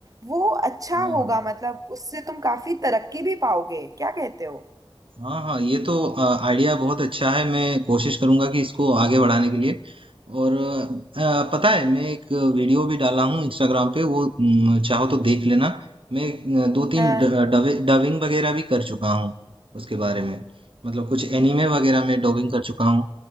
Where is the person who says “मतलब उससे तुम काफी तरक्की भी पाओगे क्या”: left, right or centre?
Right